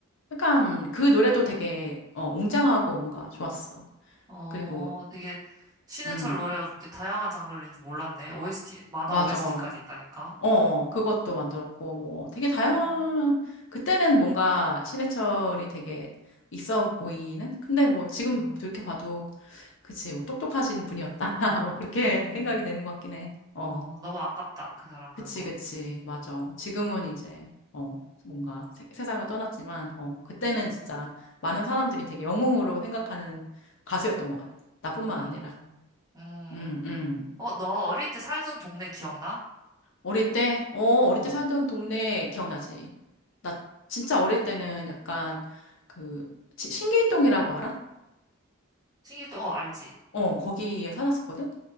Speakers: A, on the left; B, on the right.
A: 약간 그 노래도 되게 어, 웅장하고 뭔가 좋았어.
B: 어,
A: 그리고
B: 되게 신해철
A: 음
B: 노래가 그렇게 다양한 장르인지 몰랐네. OST, 만화
A: 맞아.
B: OST까지
A: 어,
B: 있다니까.
A: 어 그것도 만들었고 뭐 되게 다양한
B: 음,
A: 그때는 뭔가 신해철이 되게 있어 보이는 근데 뭐 지금
B: 어,
A: 돌이켜봐도 그치 뭐 똑똑하신 분이었다 <laughs> 뭐 그렇게
B: 음,
A: 생각이 되는 것 같긴 해. 어.
B: 어, 너무 아깝다. 그 사람 간
A: 그치,
B: 거는.
A: 그치. 맞아.
B: 음,
A: 지금은 이제, 어, 뭔가 세, 세상을 떠났지만, 어, 그때는
B: 음,
A: 진짜 많은 사람들이 되게 영웅으로 생각하는 가수였던 것 같아. 나뿐만
B: 음.
A: 아니라.
B: 음.
A: 음, 음.
B: 어, 너 어릴 때 살던 동네 기억나?
A: 어릴 때, 어, 어릴
B: 어,
A: 때 살던 동네 기억나지? 나 진짜 어릴 때는 약간 그, 지- 신길동이라고 알아?
B: 신기도, 어, 알지?
A: 어, 거기에 살았었거든?